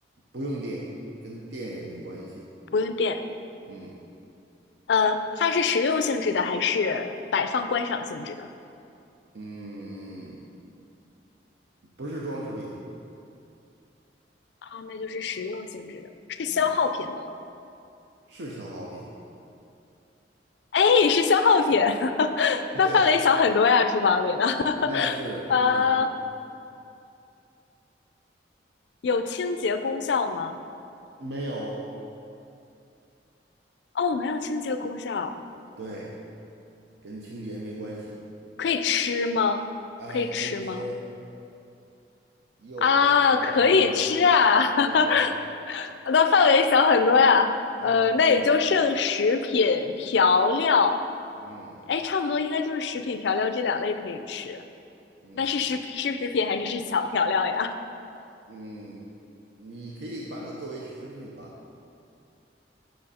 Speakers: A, on the right; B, on the left.
A: 不用电，跟电也没关系，
B: 不用电。
A: 嗯。
B: 呃，它是实用性质的还是摆放观赏性质的？
A: 嗯，不是装饰品，
B: 啊，那就是实用性质的，是消耗品吗？
A: 嗯，是消耗品，
B: 哎，是消耗品，<laughs>
A: <laughs>
B: 那范围小很多呀，
A: 对，
B: 厨房里的。<laughs>
A: 那是，
B: 呃，
A: 嗯，
B: 有清洁功效吗？
A: 没有，
B: 哦，没有清洁功效，
A: 对，跟清洁没关系，
B: 可以吃吗？
A: 哎，
B: 可以吃吗？
A: 可以吃，又给你吃好饭没了，
B: 啊，可以吃啊，<laughs>
A: 对，
B: 那范围小很多呀。
A: 嗯，
B: 呃，那也就剩食品调料，
A: 小很多，嗯
B: 哎，差不多应该就是食品调料这两类可以吃。
A: 嗯
B: 那是食是食品还是是小调料呀？
A: 嗯，你可以把它作为食品吧，